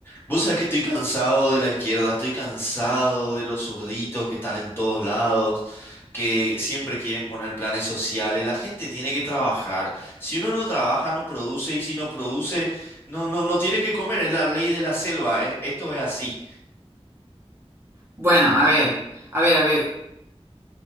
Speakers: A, on the left; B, on the right.
A: Vos sabés que estoy cansado de la izquierda, estoy cansado de los zurditos que están en todos lados, que siempre quieren poner planes sociales. La gente tiene que trabajar. Si uno no trabaja, no produce, y si no produce, no, no, no tiene que comer. Es la ley de la selva. eh, Esto es así.
B: Bueno, a ver, a ver, a ver,